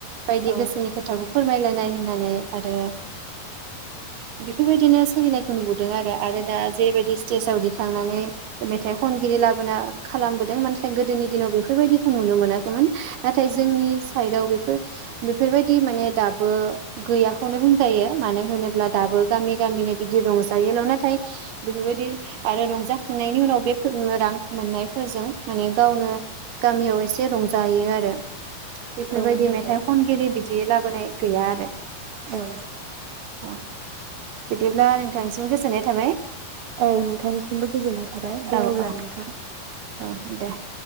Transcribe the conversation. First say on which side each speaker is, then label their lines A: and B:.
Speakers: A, on the right (about 80°); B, on the right (about 40°).
A: बायदि
B: औ
A: गोसोनि खोथाखौ फोरमायलायनाय होननानै आरो बेफोरबायदिनो सोलिनायखौ नुबोदों आरो आरो दा जेरैबायदि स्टेजाव दिखांनानै मेथाइ खनगिरि लाबोना खालामबोदों नाथाय गोदोनि दिनाव बेफोरबायदिखौ नुनो मोनाखैमोन नाथाय जोंनि साइदआव बेफोर बेफोरबायदि माने दाबो गैयाखौनो होनजायो मानो होनोब्ला दाबो गामि गामिनो बिदि रंजायोल' नाथाय बेफोरबायदि आरो रंजाखांनायनि उनाव बे रां मोननायफोरजों माने गावनो गामियाव एसे रंजायो आरो बेफोरबायदि
B: औ नंगौ
A: मेथाइ खनगिरि बिदि लाबो नाय गैया आरो
B: औ
A: औ बिदिब्ला नोंथांसिम गोजोननाय थाबाय।
B: औ नोंथांनिसिमबो गोजोननाय थाबाय
A: औ
B: दे अब्ला
A: औ
B: नोंथां
A: औ दे